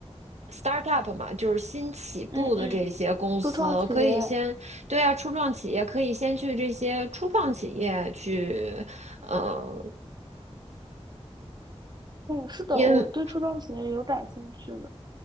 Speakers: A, on the right; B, on the right.
A: startup 嘛，就是新起步的这些公司，
B: 嗯嗯初创企业，
A: 可以先，对啊，初创企业可以先去这些初创企业去，嗯，
B: 嗯，是的，
A: 因
B: 我对初创企业有感兴趣的，